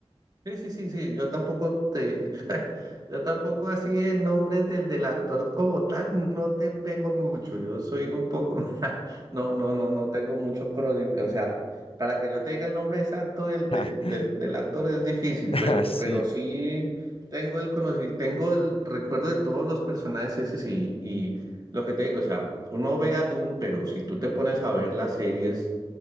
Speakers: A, on the right (about 40°); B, on the left (about 65°).
A: Sí, sí, sí, sí, yo tampoco te, <laughs> yo, tampoco así en nombre del, del actor como tal, no te pego mucho, yo soy un poco <laughs> más, no, no, no, no tengo mucho conocimiento, o sea, para que yo te diga el nombre exacto del, del,
B: <laughs>
A: del, del actor es difícil,
B: Ah,
A: pero,
B: sí.
A: pero sí tengo el conocimiento, tengo el recuerdo de todos los personajes ese sí, y lo que te digo, o sea, uno ve a Doom, pero si tú te pones a ver las series